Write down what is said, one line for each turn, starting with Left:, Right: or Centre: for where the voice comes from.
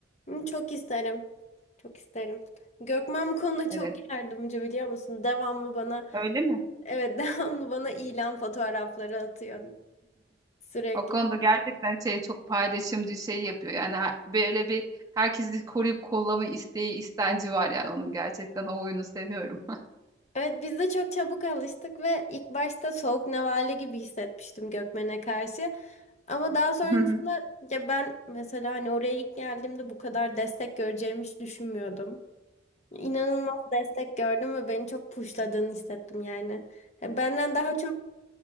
Left: Kesin. Çok isterim. Çok isterim. Gökmen bu konuda
Right: Evet.
Left: çok yardımcı biliyor musun? Devamlı bana,
Right: Öyle mi?
Left: evet <laughs> devamlı bana ilan fotoğrafları atıyor sürekli.
Right: O konuda gerçekten şey çok paylaşımcı şey yapıyor. Yani her- böyle bir herkesi koruyup kollama isteği, istenci var yani onun gerçekten o oyunu seviyorum.
Left: Evet biz de çok çabuk alıştık ve ilk başta soğuk nevale gibi hissetmiştim Gökmen'e karşı. Ama daha sonrasında
Right: <laughs>
Left: ya ben mesela hani oraya ilk geldiğimde bu kadar destek göreceğimi hiç düşünmüyordum. İnanılmaz destek gördüm ve beni çok pushladığını hissettim yani. Ya Benden daha çok